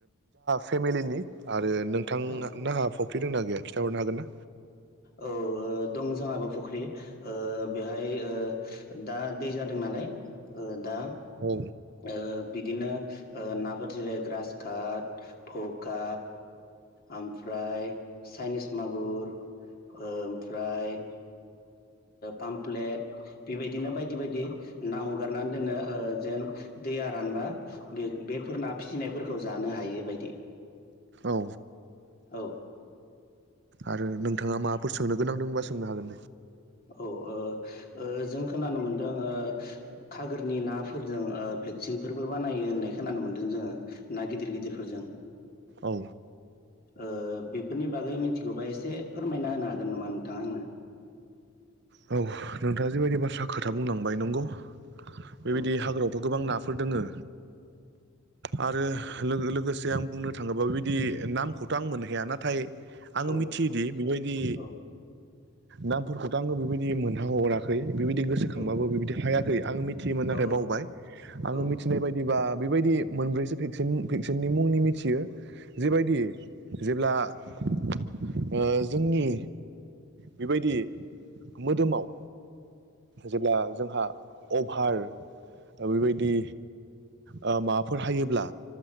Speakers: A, on the right (about 50°); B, on the left (about 45°).
A: फेमलिनि आरो नोंथां
B: औ
A: फ्रि दंना गैया खिथाहरनो हागोनना
B: औ दं जाङाबो फुख्रि बेहाय दा दै जादों नालाय ओ दा
A: औ
B: ओ बिदिनो नाफोर जेरै ग्रास काट भखा ओमफ्राय चाइनिस मागुर ओमफ्राय पामप्लेट बेबायदिनो बायदि बायदि ना हगारनानै दोनो जेन दैया रानबा बे बेफोर ना फिसिनायफोरखौ जानो हायो बायदि
A: औ
B: औ
A: आरो नोंथाङा माबाफोर सोंनो गोनांदों होनबा सोंनो हागोन दे
B: औ ओ ओ जों खोनानो मोनदों खागोरनि नाफोरजों भेक्सिनफोरबो बानायो होननाय खोनानो मोन्दों जोङो ना गिदिर गिदिरफोरजों
A: औ
B: ओ बेफोरनि बागै मिथिगौबा एसे फोरमायना होनो हागोन नामा नोंथाङा आंनो
A: औ नोंथाङा जेबायदि बाथ्रा खोथा बुंलांबाय नंगौ बेबायदि
B: औ
A: हाग्रायावथ' गोबां नाफोर दोङो
B: <unintelligible> <inaudible>
A: आरो लोगोसे आं बुंनो थाङोब्ला बेबायदि नामखौथ' आं मोननोहाया नाथाय आङो
B: औ
A: मिथियोदि बेबायदि
B: औ
A: नामफोरखौथ' आङो बेबायदि मोनह हराखै बेबायदि गोसोखांबाबो
B: औ
A: बेबायदि हायाखै आं मिथि मिथियोमोन नाथाय
B: औ
A: बावबाय आङो
B: औ
A: मिथिनाय बायदिबा बेबायदि मोनब्रैसोेन भेक्सिननि मुंनि मिथियो जेबायदि जेब्ला ओ जोंनि बेबायदि मोदोमाव जेब्ला जोंहा अभार बेबायदि माबाफोर हायोब्ला